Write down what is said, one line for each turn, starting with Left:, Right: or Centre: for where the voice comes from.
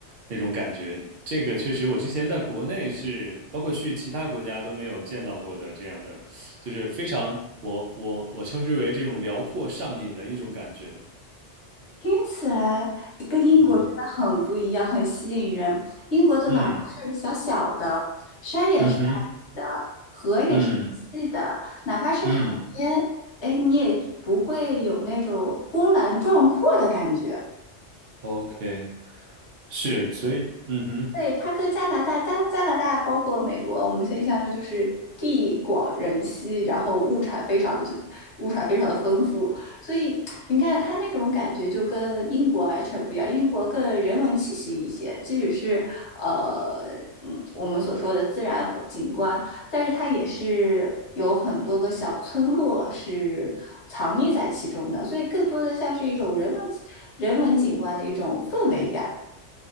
Right: 那种感觉。这个确实，我之前在国内是，包括去其他国家都没有见到过的这样的，就是非常我我我称之为这种辽阔上瘾的一种感觉。
Left: 听起来跟英国真的很不一样，
Right: 嗯
Left: 很吸引人。英国的哪儿都是小小的，
Right: 嗯
Left: 山也是矮的，
Right: 嗯哼
Left: 河也是细的，
Right: 嗯
Left: 哪怕是海边，
Right: 嗯
Left: 哎，你也不会有那种波澜壮阔的感觉。
Right: ，OK，是，所以嗯哼。
Left: 对，它跟加拿大、加加拿大包括美国，我们现在印象中就是地广人稀，然后物产非常的就物产非常的丰富，所以你看它那种感觉就跟英国完全不一样，英国更人文气息一些，即使是呃嗯我们所说的自然景观，但是它也是有很多个小村落是藏匿在其中的，所以更多的像是一种人文人文景观的一种氛围感。